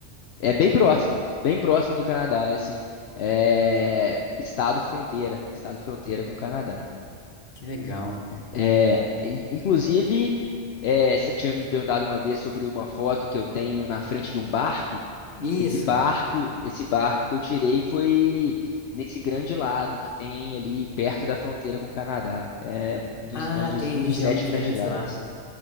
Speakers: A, on the left (about 70°); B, on the left (about 50°).
A: É bem próximo, bem próximo do Canadá, é assim, é estado fronteira, estado fronteira com o Canadá.
B: Que legal.
A: É, in- inclusive, é, você tinha me perguntado uma vez sobre uma foto que eu tenho na frente de um barco.
B: Isso.
A: Esse barco, esse barco que eu tirei foi nesse grande lago que tem ali perto da fronteira com o Canadá. É um dos
B: Ah,
A: grandes,
B: tem
A: um
B: região
A: dos sete
B: dos
A: grandes
B: Grandes
A: lagos.
B: Lagos.